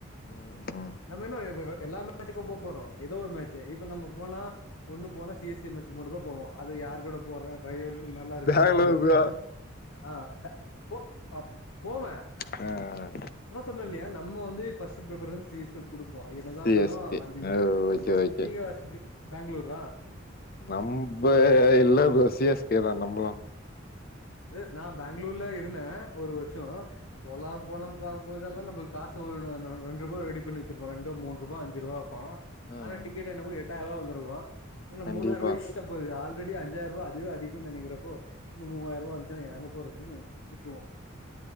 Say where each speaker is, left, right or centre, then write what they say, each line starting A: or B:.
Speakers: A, on the left; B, on the left.
A: ம் ம்
B: நம்ம இன்னு எல்லாமே மச்சுக்கா போ போறோ ஏதோ ஒரு மேச்சு இப்ப நம்ம போனா ஒண்ணு போனா சி எஸ் கே மேச்சுக்கு மட்டு தா போவோ அது யார் கூட போற <unintelligible> நல்லா இருக்கற
A: பெங்களூர்ல
B: டீமுக்கு ஆ போ போம
A: அ
B: அதா சொன்னல்லயா நம்ம வந்து பஸ்ட் பிரிபரன்ஸ் சி எஸ் குடுப்போ என்னதா
A: சி
B: இந்தாலு
A: எஸ் கே
B: அந்த இதுக்கு
A: ஆ ஓகே
B: ஆமா
A: ஓகே
B: நீங்க பங்ளூரா
A: நம்ம இல்ல ப்ரோ சி யஷ் கே தா நம்மளு
B: அது நா பங்ளூர்ல இருந்த ஒரு வருஷோ போலா போலாம் பாக்க போதெல்லாம் நம்ம காசு ஒரு ரெண் ரூபா ரெடி பண்ணி வச்சிருப்போ ரெண்டு மூண்ரூபா அஞ்சுரூபா இருக்கு
A: ஆ
B: ஆனா
A: ஆ
B: டிக்கெட் என்னம்மோ எட்டாயிரூவா வந்துருகு இதுல
A: கண்டிப்பா
B: மூணாயிரூபா எக்ஸ்ட்ரா து ஆல்ரடி அஞ்சாயிரூவா அதுவே அதிகம்னு நனைக்கிறப்போ மூவாயிரூபா வந்துச்சுனா எங்க போறதுன்னு விட்ருவோ